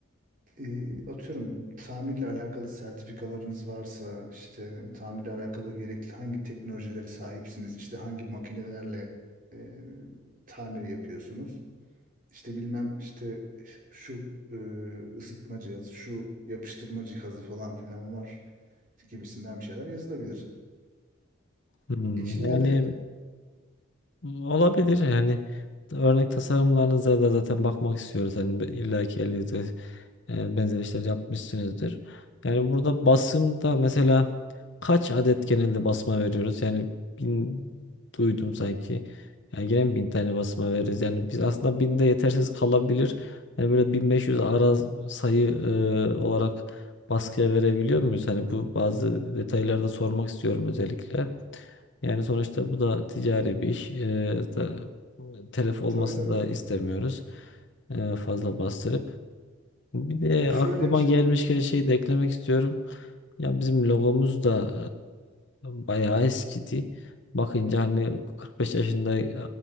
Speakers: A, on the right; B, on the left.
A: e, atıyorum tamirle alakalı sertifikalarınız varsa işte tamirle alakalı gerekli hangi teknolojileri sahipsiniz işte hangi makinelerle e, tamir yapıyorsunuz işte bilmem işte şu e, ısıtma cihazı, şu yapıştırma cihazı falan filan var gibisinden bir şeyler yazılabilir.
B: Hmm,
A: İçinde
B: yani
A: de
B: Olabilir yani örnek tasarımlarınıza da zaten bakmak istiyoruz. Hani be- illaki elinizde e, benzer işler yapmışsınızdır. Yani burada basımda mesela kaç adet genelde basma veriyoruz? Yani bin duydum sanki. Yani gene mi bin tane basma veririz? Yani biz aslında binde yetersiz kalabilir. Yani böyle 1500 ara sayı e, olarak baskıya verebiliyor muyuz? Hani bu bazı detaylarda sormak istiyorum özellikle. Yani sonuçta bu da ticari bir iş. Ee, da, telef olmasını
A: tabii tabii.
B: da istemiyoruz. Ee, fazla bastırıp. Bir de
A: Ya şöyle
B: aklıma
A: bir şey.
B: gelmişken şey de eklemek istiyorum. Ya bizim logomuz da e, bayağı eskidi. Bakınca hani 45 yaşında e,